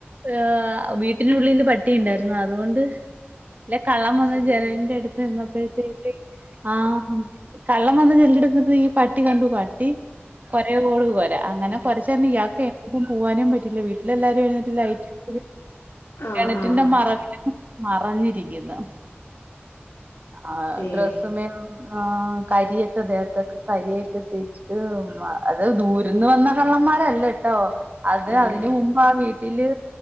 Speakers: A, on the right (about 40°); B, on the left (about 85°).
A: ഏഹ് വീട്ടിനുള്ളില് പട്ടിയുണ്ടായിരുന്നു അതോണ്ട് ല്ല കള്ളം
B: രക്ഷപ്പെട്ടു
A: വന്ന് ജനൽന്റെ അടു ചെന്നപ്പഴ്ത്തേക്ക് ആഹ് കള്ളം വന്ന് ജനൽൻ്റടുത്തപ്പഴേക്കും പട്ടി കണ്ടു. പട്ടി കൊരയോട് കൊര അങ്ങനെ
B: ഏ
A: കൊര്ച്ചാരണം ഇയാക്ക് എങ്ങ്ട്ടും പോവാനും പറ്റില്ല വീട്ടിലെല്ലാരു എഴുന്നേറ്റ് ലൈറ്റിട്ട്
B: ആഹ്
A: കെണറ്റിന്റെ
B: ആഹ്
A: മറവില് മറഞ്ഞിരിക്കുന്നു. ആഹ്
B: ഏഹ്
A: ഡ്രസ്സ്മേ ആഹ് കരിയൊക്കെ ദേഹത്തൊക്കെ കരിയൊക്കെ തേച്ച് ഹ് മ അത് ദൂരിന്ന് വന്ന കള്ളന്മാരല്ലട്ടോ. അത്
B: ഏഹ്
A: അതിന് മുമ്പ് ആ വീട്ടില്